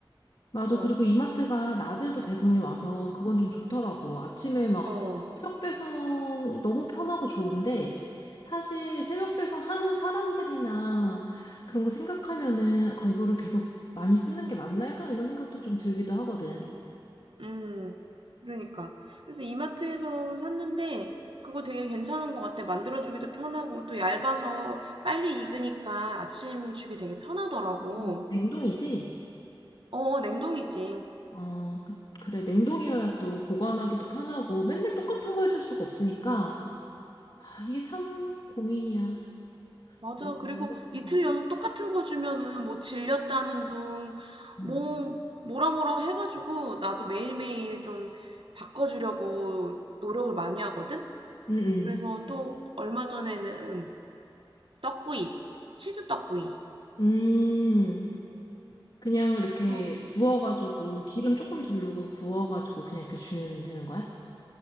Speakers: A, on the left; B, on the right.
A: 맞아.
B: 어.
A: 그리고 이마트가 낮에도 배송이 와서 그건 좀 좋더라고. 아침에 막
B: 어.
A: 새벽 배송 너무 편하고 좋은데 사실 새벽 배송 하는 사람들이나 그런 거 생각하면은 아, 이거를 계속 많이 쓰는 게 맞나 약간 이런 생각도 좀 들기도 하거든.
B: 음. 그러니까. 그래서 이마트에서 샀는데 그거 되게 괜찮은 것 같아. 만들어주기도 편하고 또 얇아서 빨리 익으니까 아침 주기 되게 편하더라고.
A: 음. 냉동이지?
B: 어, 어, 냉동이지.
A: 어, 그, 그래. 냉동이어야 또 보관하기도 편하고 맨날 똑같은 거 해줄 수가 없으니까 아, 이게 참 고민이야.
B: 맞아.
A: 이래서
B: 그리고
A: 뭐를 해야
B: 이틀
A: 되나?
B: 연속 똑같은 거 주면은 뭐 질렸다는 둥,
A: 음.
B: 뭐, 뭐라 뭐라 해가지고 나도 매일매일 좀 바꿔주려고 노력을 많이 하거든?
A: 음
B: 그래서 또 얼마 전에는 떡구이, 치즈 떡구이,
A: 음. 음. 그냥 이렇게
B: 그,
A: 구워가지고 기름 조금 두르고 구워가지고 그냥 이렇게 주면 되는 거야?